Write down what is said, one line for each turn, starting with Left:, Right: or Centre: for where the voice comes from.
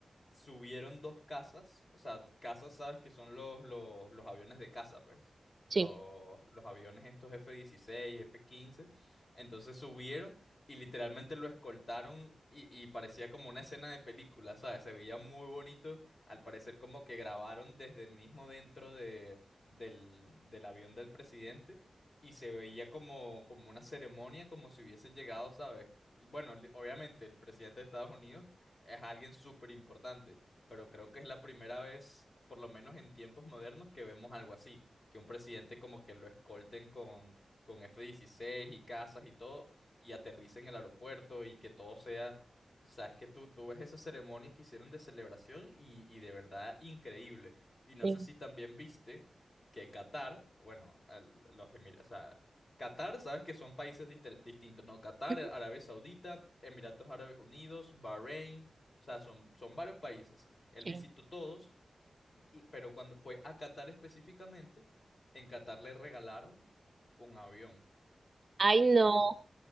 Left: subieron dos casas, o sea, casas sabes que son los, los, los aviones de caza, pues,
Right: sí.
Left: los, los aviones estos F-16, F-15, entonces subieron y literalmente lo escoltaron y, y parecía como una escena de película, ¿sabes? Se veía muy bonito, al parecer como que grabaron desde mismo dentro de, del, del avión del presidente y se veía como, como una ceremonia, como si hubiese llegado, ¿sabes? Bueno, li- obviamente el presidente de Estados Unidos es alguien súper importante, pero creo que es la primera vez, por lo menos en tiempos modernos, que vemos algo así, que un presidente como que lo escolten con, con F-16 y casas y todo, y aterrice en el aeropuerto y que todo sea... sabes que tú, tú ves esa ceremonia que hicieron de celebración y, y de verdad increíble. Y no
Right: Sí.
Left: sé si también viste que Qatar, bueno, al- los Emiratos, o sea, Qatar, sabes que son países dist- distintos, ¿no? Qatar,
Right: Ujú.
Left: Arabia Saudita, Emiratos Árabes Unidos, Bahrein, o sea, son, son varios países. Él
Right: Sí.
Left: visitó todos, y, pero cuando fue a Qatar específicamente, en Qatar le regalaron un avión.
Right: Ay, no,
Left: ¿Sabías eso?